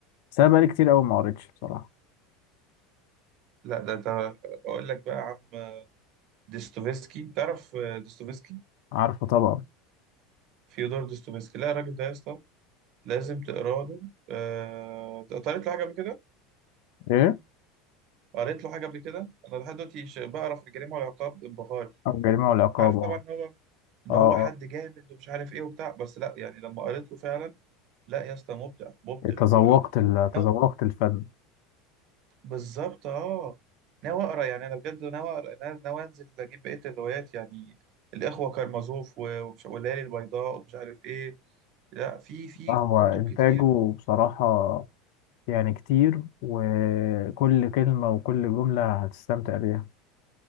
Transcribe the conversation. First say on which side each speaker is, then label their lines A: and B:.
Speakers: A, on the left; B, on the right.
A: بس انا بقالي كتير قوي ما قريتش بصراحه
B: لا ده انت اقول لك بقى يا عم ديستوفيسكي تعرف ديستوفيسكي
A: عارفه طبعا
B: فيودور ديستوفيسكي لا الراجل ده يا اسطى لازم تقرا له آه، قريت له حاجه قبل كده
A: ايه
B: قريت له حاجه قبل كده انا لحد دلوقتي ش- بقرا في الجريمه والعقاب انبهار
A: آه، الجريمه والعقاب
B: عارف
A: اه
B: طبعا ان هو ان
A: اه آه.
B: هو حد جامد ومش عارف ايه وبتاع بس لا يعني لما قريت له فعلا لا يا اسطى مبدع مبدع
A: تذوقت
B: و...
A: ال- تذوقت
B: ناو-
A: الفن
B: بالظبط اه ناوي اقرا يعني انا بجد ناوي اقرا انا ناوي انزل اجيب بقيه الروايات يعني الاخوه كارمازوف و- ومش... والليالي البيضاء ومش عارف ايه لا في في
A: آه، هو
B: كتب
A: انتاجه
B: كتير
A: بصراحه يعني كتير وكل كلمه وكل جمله هتستمتع بيها